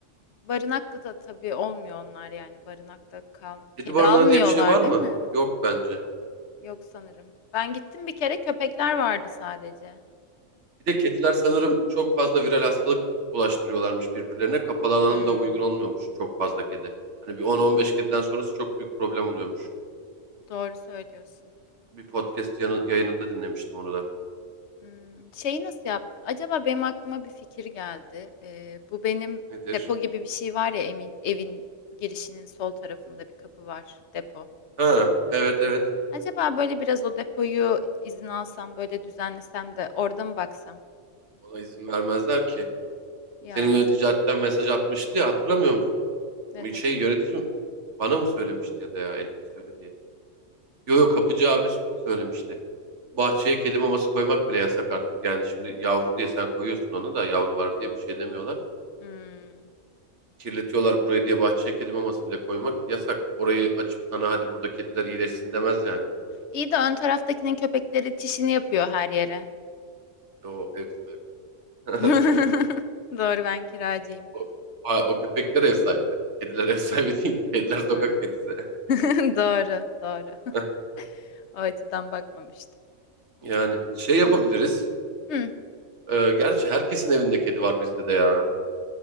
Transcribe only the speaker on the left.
barınakta da tabii olmuyor onlar yani barınakta kal
kedi
almıyorlar
değil
mi?
Yok sanırım. Ben gittim bir kere köpekler vardı sadece.
Hmm,
doğru söylüyorsun.
Hmm, şeyi nasıl yap? Acaba benim aklıma bir fikir geldi. Ee, bu benim
depo gibi bir şey var ya emin, evin girişinin sol tarafında bir kapı var depo.
Acaba böyle biraz o depoyu izin alsam böyle düzenlesem de orada mı baksam?
Ya
ne
dedi?
Hmm.
İyi de ön taraftakinin köpekleri çişini yapıyor her yere.
<laughs>
Doğru ben kiracıyım.
Ha.
<laughs> Doğru doğru.
<laughs> O açıdan bakmamıştım.
Aa. Hı.